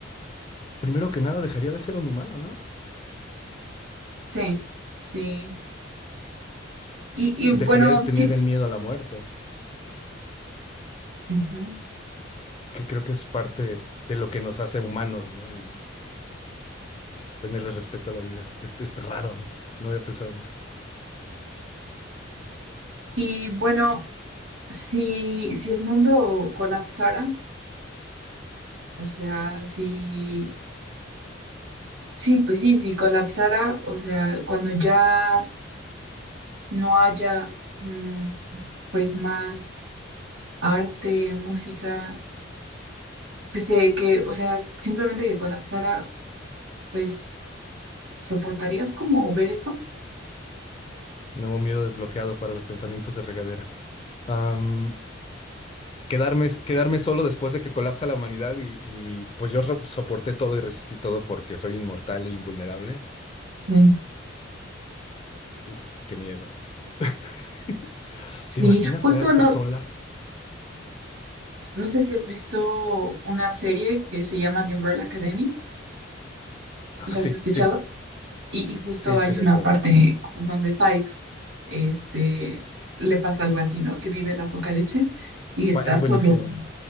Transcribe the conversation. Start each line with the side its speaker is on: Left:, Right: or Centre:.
Left: primero que nada dejaría de ser un humano, ¿no?
Right: Sí, sí. Y, y bueno,
Left: Dejaría de tener
Right: sí.
Left: el miedo a la muerte,
Right: ujú.
Left: que creo que es parte de lo que nos hace humanos, ¿no? Y tenerle respeto a la vida. Este es raro. No había pensado en eso.
Right: Y bueno, si, si el mundo colapsara, o sea, si, sí, pues sí, si colapsara, o sea, cuando ya no haya, mm, pues más arte, música, pues eh, que, o sea, simplemente que colapsara, pues, ¿soportarías como ver eso?
Left: Nuevo miedo desbloqueado para los pensamientos de regadera. Am, quedarme, quedarme solo después de que colapsa la humanidad y, y, pues yo ro- soporté todo y resistí todo porque soy inmortal e invulnerable.
Right: Sí.
Left: Uf, qué miedo. <laughs>
Right: Sí,
Left: ¿Te imaginas
Right: justo
Left: quedarte
Right: no,
Left: sola?
Right: no sé si has visto una serie que se llama The Umbrella Academy,
Left: Ah,
Right: ¿las
Left: sí,
Right: has escuchado?
Left: sí,
Right: Y, y justo
Left: sí,
Right: hay
Left: sí, recuerdo.
Right: una parte donde Five, este, le pasa algo así, ¿no? Que vive el apocalipsis y
Left: Buah,
Right: está
Left: es
Right: solo.
Left: buenísima.